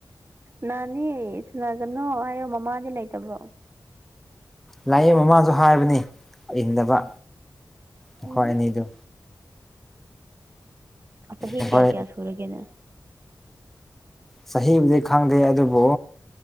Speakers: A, on the right; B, in the centre.
A: ꯅꯥꯅꯤ ꯁꯥꯅꯥꯒꯅꯣ ꯍꯥꯏꯌꯣ ꯃꯃꯥꯗꯤ ꯂꯩꯇꯕ꯭ꯔꯣ
B: ꯂꯥꯏꯌꯦ ꯃꯃꯥꯡꯖꯨ ꯍꯥꯏꯕꯅꯦ ꯏꯟꯗꯕ ꯃꯈꯣꯏ
A: ꯎꯝ
B: ꯑꯅꯤꯗꯨ
A: ꯆꯍꯤ
B: ꯃꯈꯣꯏ
A: ꯀꯌꯥ ꯀꯌꯥ ꯁꯨꯔꯒꯦꯅꯦ
B: ꯆꯍꯤꯕꯨꯗꯤ ꯈꯪꯗꯦ ꯑꯗꯨꯕꯨ